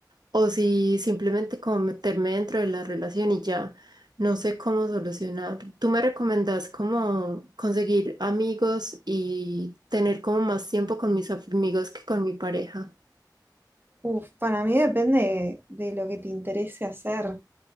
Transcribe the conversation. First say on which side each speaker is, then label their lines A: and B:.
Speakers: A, on the right (about 65°); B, on the right (about 30°).
A: o si simplemente como meterme dentro de la relación y ya no sé cómo solucionar. ¿Tú me recomendás cómo conseguir amigos y tener como más tiempo con mis amigos que con mi pareja?
B: Uf, para mí depende de lo que te interese hacer.